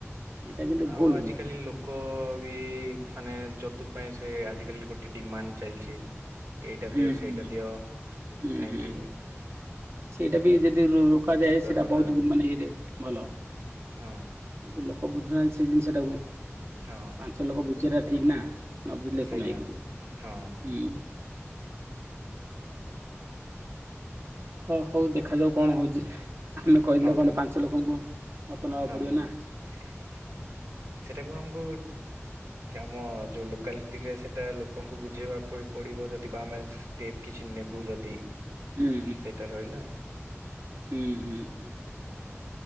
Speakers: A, on the right (about 60°); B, on the right (about 90°).
A: ଏଇଟା କିନ୍ତୁ
B: ଆଉ
A: ଭୁଲ
B: ଆଜିକାଲି
A: ହୁଏ।
B: ଲୋକ ବି ମାନେ ଯତୁ ପାଇଁ ସେ ଆଜିକାଲି ଗୋଟେ ଡିମାଣ୍ଡ ଚାଲିଛି। ଏଇଟା
A: ହୁଁ
B: ଦିଅ ସେଇଟା
A: ହୁଁ
B: ଦିଅ
A: ହୁଁ
B: ନେଇକି
A: ହୁଁ ସେଇଟା ବି ଯଦି ରୋକାଯାଏ, ସେଇଟା
B: କଥା
A: ବହୁତ ମାନେ ଇରେ ଭଲ।
B: ହଁ
A: ଏଇ ଲୋକ ବୁଝୁ ବୁୁଝୁନାହାନ୍ତି ସେଇ ଜିନିଷଟାକୁ,
B: ହଁ
A: ପାଞ୍ଚ ଲୋକ ବୁଝିବାଟା ଠିକ ନା। ନ ବୁଝିଲେ
B: ସେଇଟା
A: କଣ ହେଇ ପାରିବା
B: ହଁ
A: ହୁଁ। ହଁ ହଉ ଦେଖାଯାଉ କଣ ହଉଛି, ଆମେ କହିଦେଲେ
B: ହଉ
A: କଣ ପାଞ୍ଚ ଲୋକଙ୍କୁ ମତେ ନେବାକୁ
B: ହଁ
A: ପଡିବ ନା।
B: <inaudible> ସେଟାକୁ ଆମକୁ ଆମ ଯୋଉ ଲୋକାଲିଟି ରେ ସେଟା ଲୋକଙ୍କୁ ବୁଝେଇବା ପରେ। ପଡ଼ିବ ଯଦି କ ଆମେ ଷ୍ଚେପ୍ କିଛି ନେବୁ ଯଦି।
A: ହୁଁ
B: ସେଇଟା ରହିଲା
A: ହୁଁ